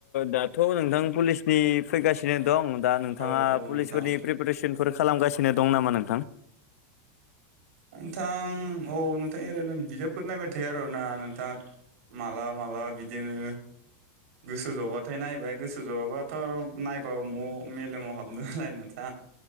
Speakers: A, on the left; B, on the right.
A: दाथ' नोंथां पुलिसनि फैगासिनो दं दा नोंथाङा
B: औ औ
A: पुलिसफोरनि
B: नोंथां
A: प्रिपारेसनफोर खालामगासिनो दं नामा नोंथां
B: नोंथां औ नोंथां ओरैनो बिजाबफोर नायबाय थायो आरोना नोंथाङा मालाबा मालाबा बिदिनो गोसो जबाथाय नायबाय गोसो जावाबाथ' आरो नायबाबो म'आव मेलेमाव हाबनो नालाय नोंथां।